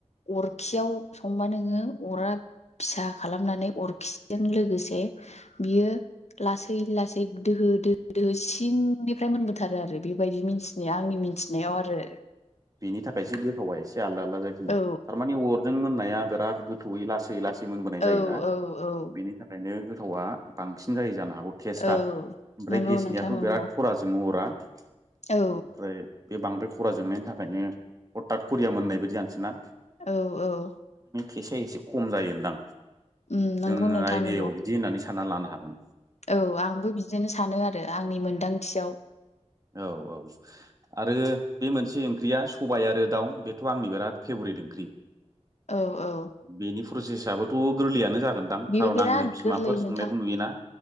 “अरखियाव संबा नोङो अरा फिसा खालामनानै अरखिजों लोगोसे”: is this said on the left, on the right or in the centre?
Left